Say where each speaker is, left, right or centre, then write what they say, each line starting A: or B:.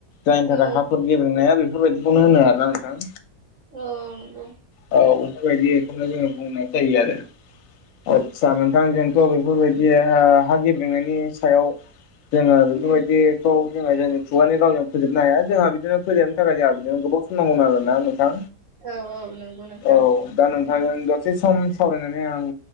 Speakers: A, on the left (about 65°); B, on the right (about 60°).
A: जायनि थाखाय
B: औ
A: हाफोर गेबेंनाया बेफोरबायदिखौनो होनो आरो ना नोंथां
B: औ नंगौ
A: औ बेफोरबायदि बेखौनो जों नुनाय जायो आरो आदसा नोंथां जोंथ बेफोरबायदि ओ हा गेब्रेंनायनि सायाव जोङो बेफोरबायदिखौ
B: उम
A: जोङो जोंनि खुगानि रावजों फोजोबनो हाया जोंहा बिदिनो फोजोब नो थाखाय जोंहा बिजोंनो गोबाव सम नांगौ आरोना नोंथां
B: औ औ नंगौ नोंथां
A: औ दा नोंथांजों
B: उम
A: एसे सम सावरायनानै आं